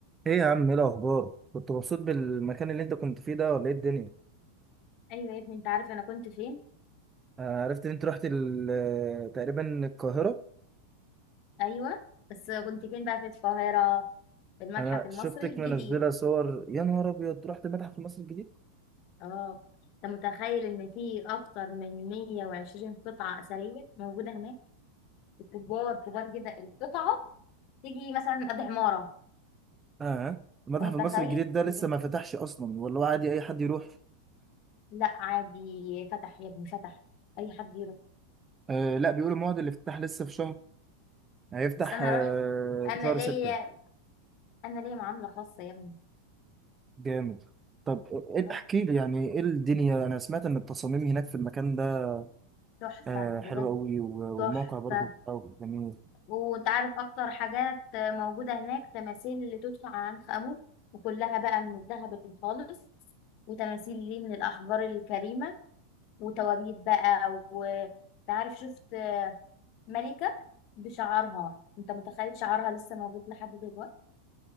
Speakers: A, on the right (about 20°); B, on the left (about 45°).
A: ايه يا عم ايه الاخبار كنت مبسوط بالمكان اللي انت كنت فيه ده ولا ايه الدنيا
B: ايوه يا ابني انت عارف انا كنت فين
A: آه، عرفت ان انت رحت ال- آه، تقريبا القاهره
B: ايوه بس كنت فين بقى في القاهره في المتحف
A: انا
B: المصري
A: شفتك
B: الجديد
A: منزله صور يا نهار ابيض رحت المتحف المصري الجديد
B: اه انت متخيل ان في اكتر من 120 قطعه اثريه موجوده هناك كبار كبار جدا القطعه تيجي مثلا قد عماره
A: اه المتحف
B: انت
A: المصري
B: متخيل
A: الجديد ده
B: بجد؟
A: لسه ما فتحش اصلا ولا هو عادي اي حد يروح
B: لا عادي فتح يا ابني فتح اي حد يروح
A: آه لا بيقولوا موعد الافتتاح لسه في شهر هيفتح
B: بس انا
A: آه
B: رحت انا
A: في شهر
B: ليا
A: ستة
B: انا ليا معامله خاصه يا ابني
A: جامد طب ايه إيه،
B: ده
A: احكي لي يعني ايه الدنيا انا سمعت ان التصاميم هناك في المكان ده
B: تحفه
A: آه
B: بجد
A: حلوه قوي والموقع
B: تحفه
A: برضو أوي جميل
B: وانت عارف اكتر حاجات موجودة هناك تماثيل اللي تدفع عن خامو وكلها بقى من الذهب الخالص وتماثيل ليه من الاحجار الكريمة وتوابيت بقى وتعرف شفت ملكة بشعرها انت متخيل شعرها لسه موجود لحد دلوقتي